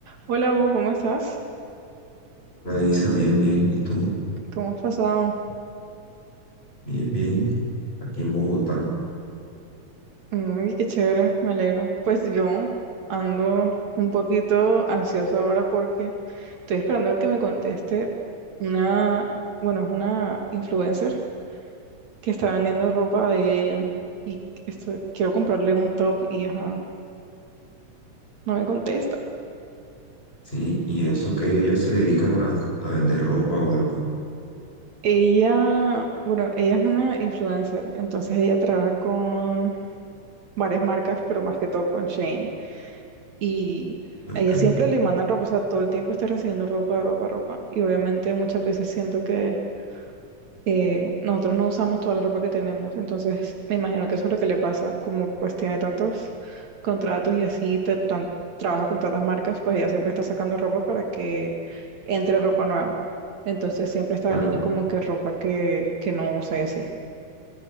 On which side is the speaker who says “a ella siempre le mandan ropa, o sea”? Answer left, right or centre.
Right